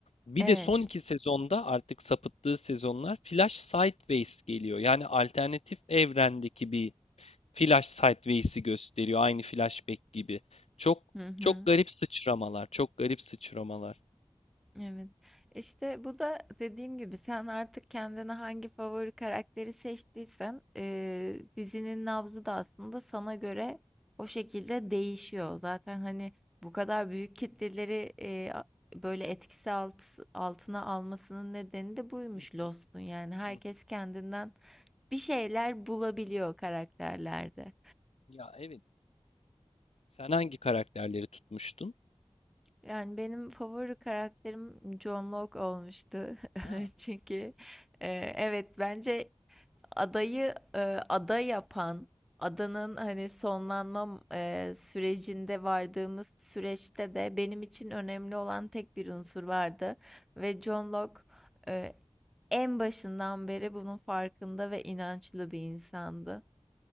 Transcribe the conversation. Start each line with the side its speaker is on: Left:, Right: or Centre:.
Left: Bir
Centre: Evet.
Left: de son iki sezonda artık sapıttığı sezonlar flash sideways geliyor. Yani alternatif evrendeki bir flash sideways'i gösteriyor. Aynı flashback gibi. Çok
Centre: Hı hı.
Left: çok garip sıçramalar, çok garip sıçramalar.
Centre: Evet. İşte bu da dediğim gibi sen artık kendine hangi favori karakteri seçtiysen eee, dizinin nabzı da aslında sana göre o şekilde değişiyor. Zaten hani bu kadar büyük kitleleri eee, a- böyle etkisi alt, altına almasının nedeni de buymuş
Left: Hı
Centre: Lost'un.
Left: hı,
Centre: Yani herkes
Left: hı hı.
Centre: kendinden bir şeyler bulabiliyor karakterlerde.
Left: Ya evet. Sen hangi karakterleri tutmuştun?
Centre: Yani benim favori karakterim John Locke olmuştu.
Left: Ha,
Centre: <laughs> Çünkü e, evet bence adayı e, ada yapan, adanın hani sonlanma e, sürecinde vardığımız süreçte de benim için önemli olan tek bir unsur vardı. Ve John Locke e, en başından beri bunun farkında ve inançlı bir insandı.